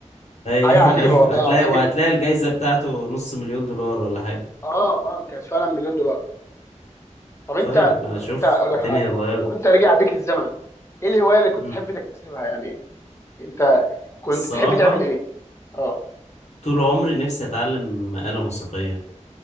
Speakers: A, on the left; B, on the left.
A: ايوه
B: حاجه عجيبه
A: <laughs> ايوه
B: والله
A: هتلاقي
B: العظيم
A: وهتلاقي
B: <laughs>
A: الجايزه بتاعته نص مليون دولار ولا حاجه
B: اه اه كانت فعلا مليون دولار طب انت
A: طيب ما
B: طب
A: اشوف
B: انت اقول لك
A: الدنيا
B: حاجه
A: اتغيرت
B: لو انت رجع بيك الزمن ايه الهوايه اللي كنت
A: مم.
B: تحب تكتسبها يعني انت كنت
A: الصراحه
B: تحب تعمل ايه اه
A: طول عمري نفسي اتعلم آلة موسيقيه